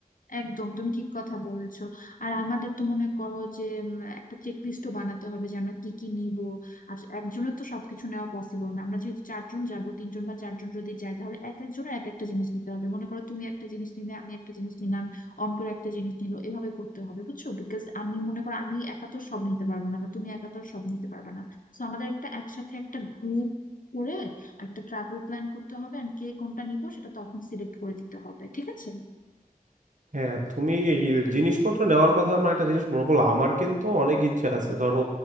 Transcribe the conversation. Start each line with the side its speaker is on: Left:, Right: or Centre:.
Left: একদম তুমি ঠিক কথা বলেছো আর আমাদের তো মনে করো যে উম, একটা চেক লিস্টও বানাতে হবে যে আমরা কি কি নিব আর একজনের তো সবকিছু নেওয়া পসিবল না আমরা যেহেতু চারজন যাব তিনজন বা চারজন যদি যাই তাহলে এক একজনের এক একটা জিনিস নিতে হবে মনে করো তুমি একটা জিনিস নিলে আমি একটা জিনিস নিলাম অন্তর একটা জিনিস নিলো এভাবে করতে হবে বুঝছো বিকজ আমি মনে করো আমি একা তো সব নিতে পারবো না বা তুমি একা তো আর সব নিতে পারবে না তো আমাদের একটা একসাথে একটা গ্রুপ করে একটা ট্রাভেল প্ল্যান করতে হবে আর কে কোনটা নিব সেটা তখন সিলেক্ট করে দিতে হবে ঠিক আছে
Right: হ্যাঁ তুমি এই জিনিসপত্র নেওয়ার কথা আমার একটা জিনিস মনে পড়লো আমার কিন্তু অনেক ইচ্ছা আছে ধরো